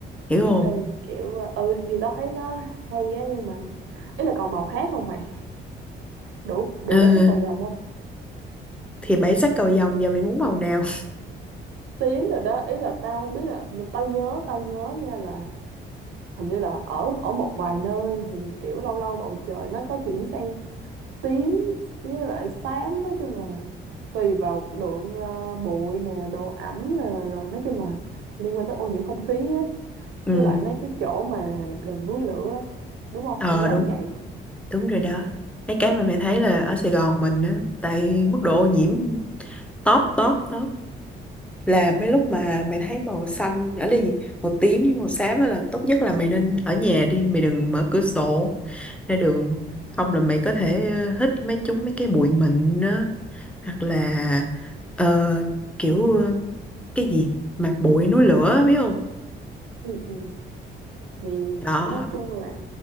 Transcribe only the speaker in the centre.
hiểu không
ừ,
thì bảy sắc cầu vồng giờ mày muốn màu nào
<laughs> ừ
ờ
đúng
đúng rồi đó mấy cái mà mày thấy là ở Sài Gòn mình á tại mức độ ô nhiễm top top top là mấy lúc mà mày thấy màu xanh ở đây gì màu tím với màu xám á là tốt nhất là mày nên ở nhà đi mày đừng mở cửa sổ ra đường không là mày có thể hít mấy chúng mấy cái bụi mịn á hoặc là ờ, kiểu ờ, cái gì mạt bụi núi lửa biết không
đó